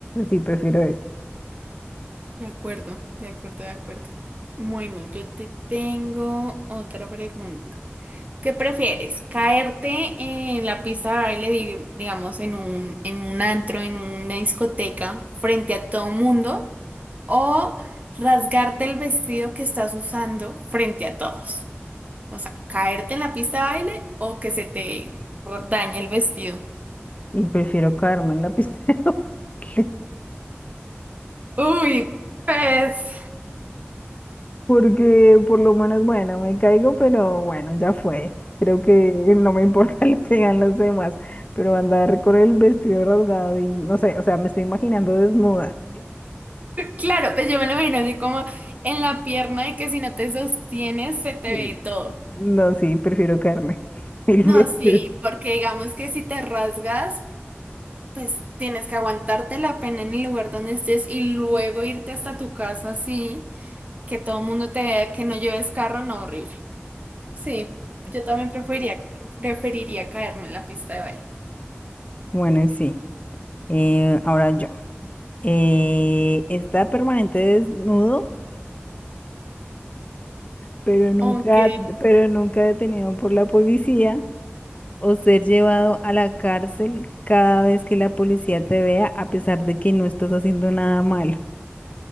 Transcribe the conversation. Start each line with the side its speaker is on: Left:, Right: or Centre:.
Left: Sí, prefiero eso.
Right: De acuerdo, de acuerdo, de acuerdo. Bueno, yo te tengo otra pregunta. ¿Qué prefieres? ¿Caerte en la pista de baile, dig- digamos, en un, en un antro, en una discoteca, frente a todo mundo? ¿O rasgarte el vestido que estás usando frente a todos? O sea, caerte en la pista de baile o que se te dañe el vestido.
Left: Y prefiero Carmen, la pisteo. <laughs>
Right: Uy, pues...
Left: Porque por lo menos, bueno, me caigo, pero bueno, ya fue. Creo que no me importa <laughs> lo que digan los demás, pero andar con el vestido rasgado y no sé, o sea, me estoy imaginando desnuda.
Right: Claro, pues yo me lo imagino así como en la pierna de que si no te sostienes se te
Left: Mm.
Right: ve todo.
Left: No, sí, prefiero quedarme <laughs> mil
Right: No,
Left: veces.
Right: sí, porque digamos que si te rasgas, pues tienes que aguantarte la pena en el lugar donde estés y luego irte hasta tu casa así, que todo el mundo te vea que no lleves carro, no, horrible. Sí, yo también preferiría, preferiría caerme en la pista de baile.
Left: Bueno, sí. Eh, ahora yo. Eh, estar permanente desnudo, pero nunca,
Right: Ok.
Left: pero nunca detenido por la policía, o ser llevado a la cárcel cada vez que la policía te vea, a pesar de que no estás haciendo nada malo.